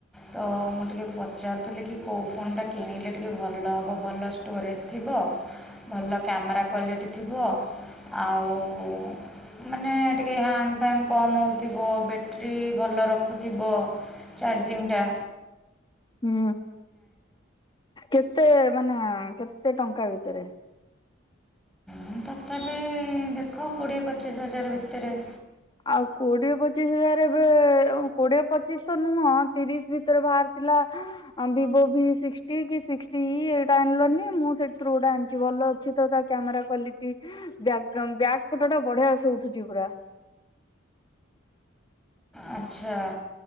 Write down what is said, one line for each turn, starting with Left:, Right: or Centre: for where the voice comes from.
Centre: ତ ମୁଁ ଟିକେ ପଚାରୁଥିଲି କି କୋଉ ଫୋନ୍ ଟା କିଣିଲେ ଟିକେ ଭଲ ହବ, ଭଲ ଷ୍ଟୋରେଜ୍ ଥିବ। ଭଲ କ୍ୟାମେରା କ୍ୱାଲିଟି ଥିବ। ଆଉ ମାନେ ଟିକେ ହ୍ୟାଙ୍ଗ ଫ୍ୟାଙ୍ଗ କମ ହଉଥିବ। ବେ ଟ୍ରି ଭଲ ରଖୁଥିବ ଚାର୍ଜିଂ ଟା।
Left: ହୁଁ, କେତେ ମାନେ କେତେ ଟଙ୍କା ଭିତରେ?
Centre: ହୁଁ ତଥାପି ଦେଖ କୋଡ଼ିଏ ପଚିଶ ହଜାର ଭିତରେ।
Left: ଆଉ କୋଡିଏ ପଚିଶ ହଜାର ଏବେ ଅଁ, କୋଡିଏ ପଚିଶ ତ ନୁହଁ। ତିରିଶ ଭିତରେ ବାହାରି ଥିଲା ଆ, ଭିବୋ ଭିସିକ୍ସଟି କିି ସିକ୍ସଟିଇ ଏଇଟା ଆଣିଲନି ମୁଁ ସେଇଥିରୁ ଗୋଟେ ଆଣିଚି। ଭଲ ଅ ଛି ତ ତା କ୍ୟାମେରା କ୍ଵାଲିଟି। ବ୍ୟାଗାଉନ ବ୍ୟାଗ୍ ଫଟୋଟା ବଢିଆସେ ଉଠୁଚି ପୁରା।
Centre: ଆଚ୍ଛା